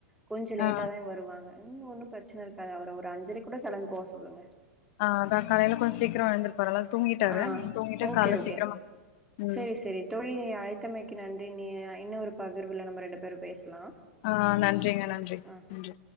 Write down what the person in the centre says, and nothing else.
கொஞ்சம் லேட்டா
தா வருவாங்க இன்னு ஒன்னும் பிரச்சனை இருக்காது அவரு ஒரு அஞ்சரை கூட கெளம்பி போ சொல்லுங்க
ஆ
ஓகே
ஓகே
செரி செரி தோழி நீ அழைத்தமைக்கு நன்றி நீ இன்னொ ஒரு பகிர்வுல நம்ம ரெண்டு பேரும் பேசலா
ஆ